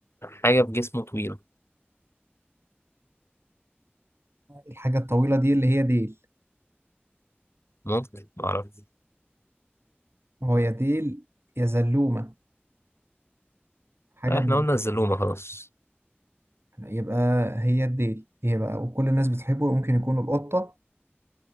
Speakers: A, on the left; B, on the right.
A: حاجة في جسمه طويلة
B: الحاجة الطويلة دي اللي هي ديل
A: ممكن معرفش
B: هو يا ديل يا زلومة حاجة
A: لا احنا
B: من
A: قلنا الزلومة خلاص
B: يبقى هي الديل هي بقى وكل الناس بتحبه ممكن يكون القطة